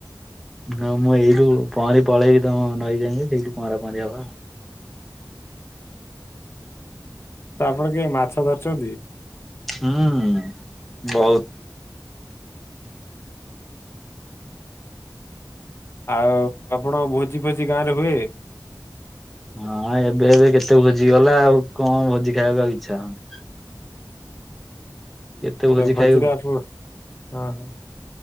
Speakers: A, in the centre; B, on the left.
A: ହଁ ମୁଁ ଏଇଠୁ ପହଁରି ପଳେଇବି ତମ ନଈଯାକେ ସେଇଠୁ ପହଁରା ପହଁରି ହବା ଆଉ।
B: ତ ଆପଣ କେବେ ମାଛ ଧରିଚନ୍ତି?
A: ହୁଁ ବହୁତ।
B: ଆଉ ଆପଣ ଭୋଜି ଫୋଜି ଗାଁ ରେ ହୁଏ।
A: ହଁ ଏବେ ଏବେ କେତେ ଭୋଜି ଗଲା ଆଉ କଣ ଭୋଜି ଖାଇବାକୁ ଆଉ ଇଛା ହଉନି। କେତେ ଭୋଜି
B: ତ ଭୋଜିରେ
A: ଖାଇବୁ
B: ଆପ ଅହ